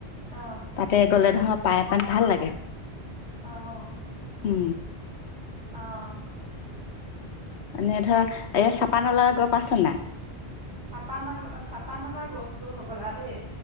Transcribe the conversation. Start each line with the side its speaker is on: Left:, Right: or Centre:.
Right: অ
Left: তাতে গ'লে ধৰক পায় <unintelligible> ভাল লাগে।
Right: অ'।
Left: উম।
Right: অ'।
Left: এনেই ধৰা এই চাপানলা গৈ পাইছা নাই?
Right: চাপান-চাপানলা গৈছোঁ হ'বলা দেই।